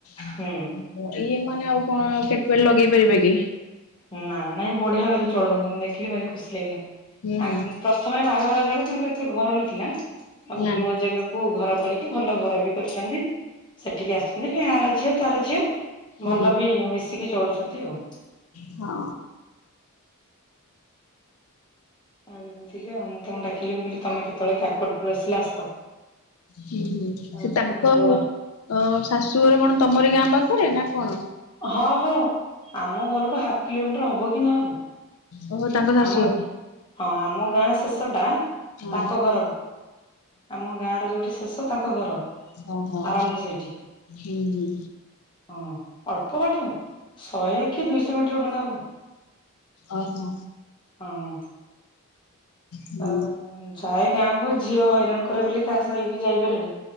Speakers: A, on the left (about 75°); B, on the left (about 20°).
A: ଇଏ,
B: ହୁଁ
A: ମାନେ ଆଉ କଣ ସେତ ଲଗେଇ ପାରିବେ କି?
B: ନା ନାଇଁ ବଢିଆ ଭାବରେ ଚଳୁ ହୁନ୍ତି ମୁଁ ଦେଖିଲି ଭାରି ଖୁସି ଲାଗିଲା ଆ
A: ହୁଁ ହୁଁ
B: ପ୍ରଥମେ, ବାହାଘର ହେଲାବେଳେ ତାଙ୍କର ଏତେ ଘର ନଥିଲା ଆଉ ଗୋଟେ
A: ନା
B: ନୂଆ ଜାଗାକୁ ଘର, କରିକି ଭଲ ଘର ବି କରିଛନ୍ତି ସେଠିକି ଆସିୁଛନ୍ତି ଆ ର ଝିଅ ତାର ଝିଅ।
A: ହୁଁ
B: ଭଲ ବି ମିଶିକି ଚଳୁଛନ୍ତି ଆଉ।
A: ହଁ।
B: ଆଉ ଏମିତିକା ମୁଁ ତା କଣ ଡାକିଲି ମୁଁ କହିଲି ତମେ କେତେବେଳେ କାକଟ ପୁରରୁ ଆସିଲ ଆସ,
A: ହୁଁ ହୁଁ
B: ଆଉ
A: ସେ ତାଙ୍କ
B: ବଡ
A: ଅ ଶାଶୁଘର କଣ ତମରି ଗାଁ ପାଖରେ? କରେ ନା କଣ?
B: ହଁ ହଁ ଆମ ଘରଠୁ ହାଫ କିଲୋମିଟର ହବ କି ନହବ।
A: ଓହୋ ତାଙ୍କ ଶାଶୁଘର
B: ଆମ ହଁ ଆମ ଗାଁ ଶେଷ, ଟା
A: ହଁ
B: ତାଙ୍କ ଘରର ଆମ ଗାଁ ର ଯୋଉଠି ଶେଷ ତାଙ୍କ ଘର।
A: ହଁ ହୋ
B: ଆରମ୍ଭ
A: ହୋ
B: ସେଇଠି
A: ହୁଁ ହୁଁ।
B: ହଁ ଅଳ୍ପ ବାଟ ଶହେ କି ଦୁଇଶହ ମିଟର ଖଣ୍ଡ ହବ।
A: ଓହୋ!
B: ହଁ।
A: ହୁଁ
B: ଆଉ ଯାଏ ଗାଁକୁ ଝିଅ ହଇରାଣ କରେ ବୋଲି କାହା ସା ହେଇକି ଯାଇପାରନି।